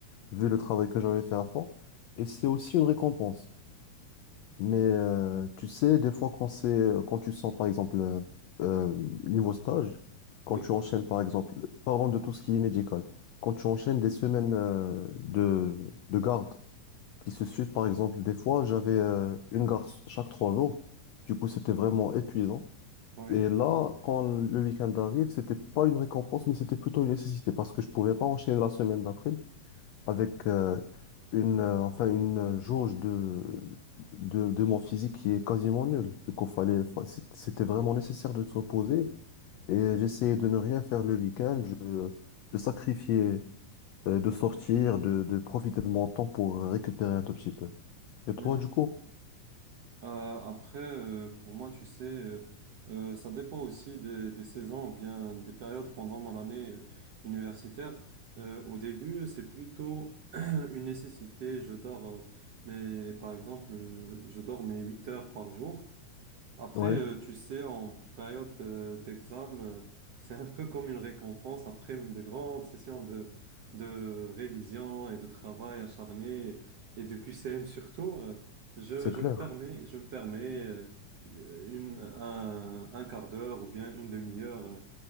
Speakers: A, on the left; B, on the right.
A: vu le travail que j'avais fait à fond. Et c'est aussi une récompense. Mais euh, tu sais, des fois, quand c'est, euh, quand tu sens, par exemple, euh, euh, niveau stage, quand
B: Oui,
A: tu enchaînes, par exemple, parlons de tout ce qui est médical, quand tu enchaînes des semaines euh, de, de garde qui se suivent, par exemple, des fois, j'avais euh, une garde chaque trois jours. Du coup, c'était vraiment épuisant.
B: oui.
A: Et là, quand le week-end arrive, c'était pas une récompense, mais c'était plutôt une nécessité parce que je pouvais pas enchaîner la semaine d'après avec euh, une, euh, enfin, une euh, jauge de, de, de mon physique qui est quasiment nulle. Du coup, fallait, fa- c'est- c'était vraiment nécessaire de se reposer et
B: mhm,
A: j'essayais de ne rien faire le week-end. Je, je sacrifiais euh, de sortir, de, de profiter de mon temps pour récupérer un tout petit peu. Et toi,
B: mhm.
A: du coup?
B: Euh, après, euh, pour moi, tu sais, euh, euh, ça dépend aussi des, des saisons ou bien des périodes pendant mon année euh, universitaire. Euh, au début, c'est plutôt <clears throat> une nécessité. Je dors, euh, mais par exemple, euh, je dors mes 8 heures par jour. Après,
A: Ouais,
B: euh, tu sais, en période de- d'examen, euh, c'est un peu comme une récompense après de grandes sessions de, de révision et de travail acharné et de QCM surtout. euh, je,
A: c'est
B: je
A: clair.
B: me permets, je me permets euh, une, un, un quart d'heure ou bien une demi-heure euh,